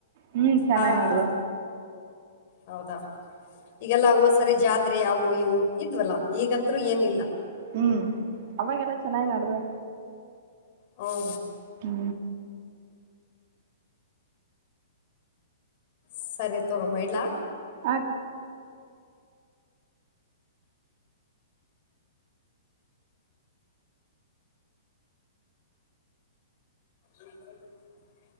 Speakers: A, on the right (about 45°); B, on the left (about 45°).
A: ಹ್ಮ್ ಚೆನ್ನಾಗಿ
B: ಹಾ
A: ನಡ್ದ
B: ಹೌದಾ ಈಗೆಲ್ಲ ಹವು ಸರಿ ಜಾತಿ ಆದೆ ಯಾವು ಇವು ಇದ್ವಲ್ಲಾ ಈಗಂತೂ ಏನಿಲ್ಲ
A: ಹ್ಮ್ ಅವಾಗೆಲ್ಲ ಚೆನ್ನಾಗಿ ನಡ್ದ
B: ಹ್ಮ
A: ಹ್ಮ
B: ಸರಿ ತಗ ಮ ಇಡ್ಲಾ
A: ಹ
B: ಎಸ್ <inaudible>